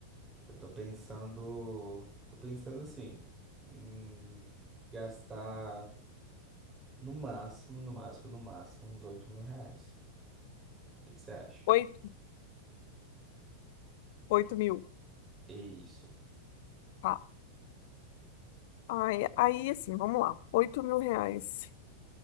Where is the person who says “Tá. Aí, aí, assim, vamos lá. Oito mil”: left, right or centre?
Left